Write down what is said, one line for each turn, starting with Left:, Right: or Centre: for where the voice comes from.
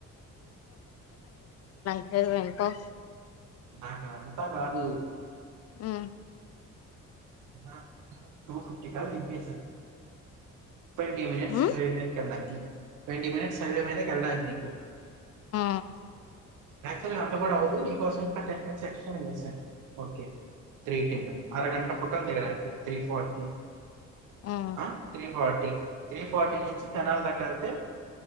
Left: <inaudible> <unintelligible>
Right: నాక్ అదంతా కాదు
Left: ఉమ్
Right: హ్మ్ హా టూ ఫిప్టీ కాడ దింపేసాన్ ట్వంటీ మినిట్స్
Left: ఉమ్
Right: బ్రేక్ కదండి ట్వంటీ మినిట్స్ హైవే మీద కెల్లాలి మీకు
Left: ఆ
Right: యాక్చువల్ గా అంత కూడా అవదు నీకోసం ఇంకా టెన్ మినిట్స్ ఎక్స్ట్రా నే జేసాను ఓకే త్రీ టెన్ను అరగంట ఫుట్‌ దగనికి త్రీ ఫర్టీ
Left: ఉమ్
Right: ఆ త్రి ఫట్ త్రీ ఫార్టీ నుంచి తెనాల దకి వెళ్తే